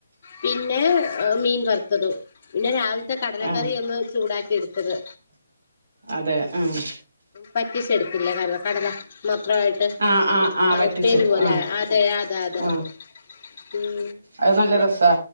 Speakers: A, on the left; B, on the right.
A: പിന്നെ മീൻ വറുത്തതും. പിന്നെ രാവി ലത്തെ കടലക്കറി
B: ആഹ്
A: ഒന്ന് ചൂടാക്കിയെടുത്തത്
B: അതെ ആഹ്
A: പറ്റിച്ചെടുത്തില്ലേ <unintelligible> കടല മ ത്രായിട്ട്
B: ആഹ് ആഹ് ആഹ്
A: ആ
B: വറ്റിച്ചെടുക്കും
A: ഉപ്പേരി പോലെ,
B: ആഹ്
A: അതെ, അതെ, അതെ,
B: ആഹ്
A: അതെ. ഉം
B: അത്
A: പിന്നെ
B: നല്ല രസാ